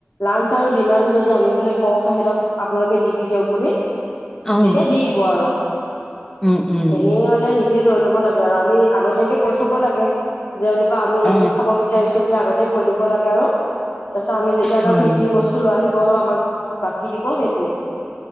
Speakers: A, on the left; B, on the left.
A: লাঞ্চ আৰু ডিনাৰটো, যদি আমি বোলে কওঁ সিহঁতক, আপোনালোকে দি দি দিয়ক বুলি তেতিয়া
B: অ',
A: দি দিব আৰু।
B: উম, উম,
A: এনেই, মানে নিজে লৈ ল'ব লাগে, আৰু আমি আগতীয়াকে কৈ থ'ব লাগে। যেনিবা, আমি
B: অ',
A: এইটো খাব বিচাৰিছোঁ, বুলি আগতে কৈ দিব লাগে আৰু তাৰপিছত, আমি যেতিয়া
B: হয়,
A: যাম সেইখিনি
B: হয়,
A: বস্তু লৈ আহিব, আৰু আমাক বাকী দিব সেইটোৱে।